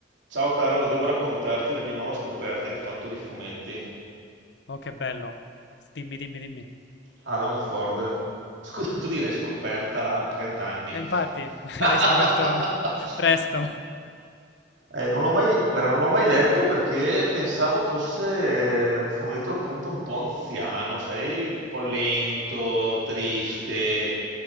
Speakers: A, on the right; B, on the left.
A: Ciao caro, devo raccontarti la mia nuova scoperta in fatto di fumetti.
B: Oh, che bello. Dimmi, dimmi, dimmi.
A: Alan Ford. <laughs> Scusa, tu direi scoperta a 30 anni.
B: E infatti, <laughs>
A: <laughs>
B: l'hai scoperto <laughs> presto.
A: Eh, non l'ho mai, guarda, non l'ho mai letto perché pensavo fosse un fumetto appunto un po' anziano, sai, un po' lento, triste.